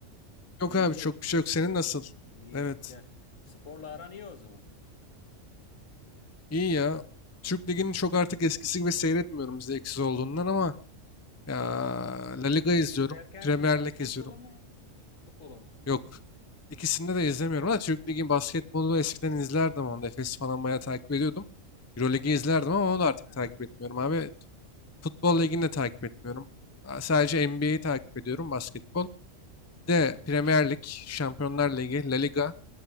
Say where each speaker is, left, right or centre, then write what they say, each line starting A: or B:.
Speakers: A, on the left (about 75°); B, on the left (about 20°).
A: NBA.
B: Yok abi çok bir şey yok. Senin nasıl?
A: İyi,
B: Evet.
A: güzel. Sporla aran iyi o zaman.
B: İyi ya. Türk Ligi'ni çok artık eskisi gibi seyretmiyorum zevksiz olduğundan ama ya La Liga
A: Türk
B: izliyorum.
A: Ligi'ni derken
B: Premier
A: şey basketbolu
B: Lig izliyorum.
A: mu, futbolu mu?
B: Yok. İkisini de izlemiyorum ama Türk Ligi'nin basketbolu eskiden izlerdim onu da. Efes'i falan bayağı takip ediyordum. Euroleague'i
A: Evet.
B: izlerdim ama onu da artık
A: Aha.
B: takip etmiyorum abi. Futbol ligini de takip etmiyorum. Aa, Sadece NBA'yi takip ediyorum, basketbol. Bir de Premier Lig, Şampiyonlar Ligi, La Liga.